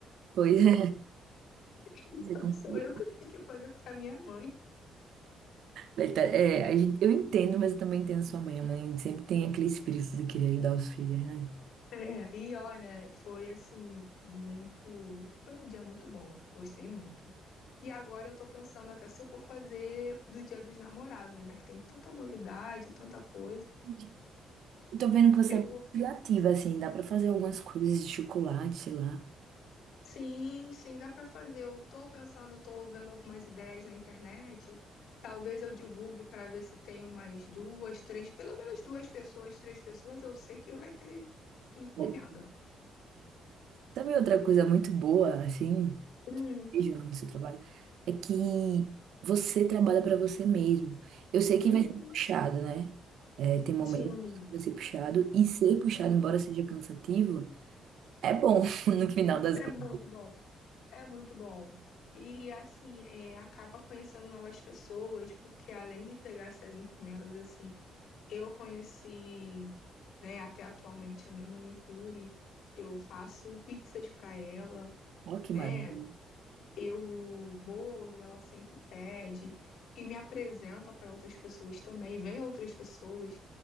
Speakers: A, on the right; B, on the left.
A: Pois é.
B: <laughs>
A: você confia.
B: Sou eu que tenho que fazer pra minha mãe.
A: Vai tá- É, a gente- eu entendo, mas eu também entendo sua mãe. A mãe sempre tem aquele espírito de querer ajudar os filhos, né?
B: É, e olha, foi assim, muito. Foi um dia muito bom, gostei muito. E agora eu tô pensando até se eu vou fazer do Dia dos Namorados, né? Que tem tanta novidade, tanta coisa.
A: Verdade. Eu tô vendo que você
B: Eu
A: é muito
B: vou.
A: criativa, assim, dá pra fazer algumas coisas de chocolate, sei lá.
B: Sim, sim, dá pra fazer. Eu tô pensando, tô vendo algumas ideias na internet. Talvez eu divulgue para ver se tem umas duas, três, pelo menos duas pessoas, três pessoas, eu sei que vai ter encomenda.
A: É, Sabe outra coisa muito boa, assim?
B: Hum,
A: mesmo no seu trabalho é que você trabalha para você mesmo. Eu sei que
B: uhum,
A: vai ser puxado, né? É, tem momentos
B: sim,
A: que vai ser puxado, e ser puxado, embora seja cansativo, é bom <laughs> no final das
B: é
A: contas.
B: muito bom. É muito bom. E assim, é, acaba conhecendo novas pessoas, porque além de pegar essas encomendas, assim, eu conheci, né, até atualmente a minha manicure, eu faço pizzas para ela,
A: Ó, que
B: né?
A: maravilha.
B: Eu bolo, ela sempre pede e me apresenta para outras pessoas também, vem outras pessoas.